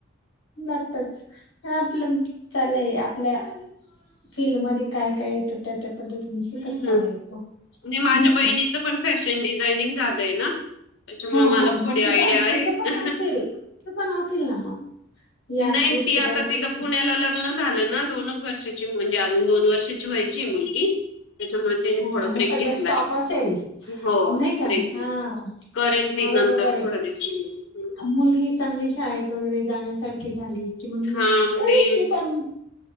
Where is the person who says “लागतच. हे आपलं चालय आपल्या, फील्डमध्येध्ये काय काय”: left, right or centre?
Left